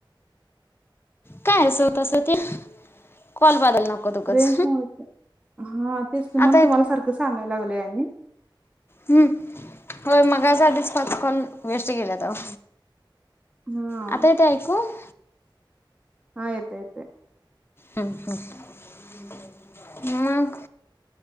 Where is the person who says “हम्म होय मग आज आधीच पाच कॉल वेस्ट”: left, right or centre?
Left